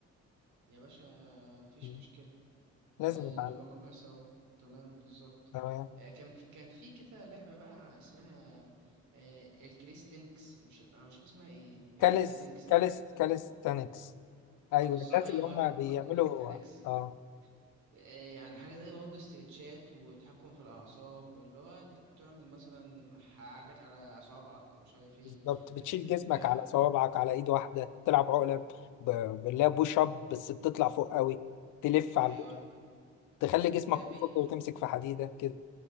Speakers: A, on the right; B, on the left.
A: يا باشا مفيش
B: مم.
A: مشكلة
B: لازم
A: آه،
B: أتعلم
A: نجربها سوا تمام بالظبط
B: تمام
A: آه، كان كان في كده لعبة بقى اسمها آه، الكريستينكس مش أنا مش عارف اسمها إيه
B: كاليس
A: الكريستينكس
B: كاليس كاليستانكس أيوة
A: آه، بالظبط
B: الناس
A: أيوه
B: اللي هم
A: بالظبط
B: بيعملوا
A: كريستينكس
B: آه
A: إيه، يعني حاجة زي برضه استرتشات وتحكم في الأعصاب اللي هو أنت بتعمل مثلا حاجات على أصابعك ومش عارف إيه
B: بالظبط بتشيل
A: هتفرق
B: جسمك
A: بقى
B: على صوابعك على إيد واحدة تلعب عقلة ب... ب- بالله بوش أب بس بتطلع فوق قوي تلف على
A: أيوه
B: البوش، تخلي جسمك
A: ده
B: أفقي
A: بي
B: وتمسك في حديدة كده